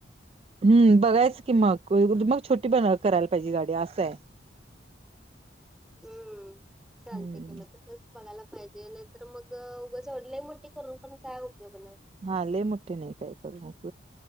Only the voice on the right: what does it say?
हम् बघायचं की मग मग छोटी ब करायला पाहिजे गाडी असं आहे
हम्म
हा ले मोठे नाही काय करू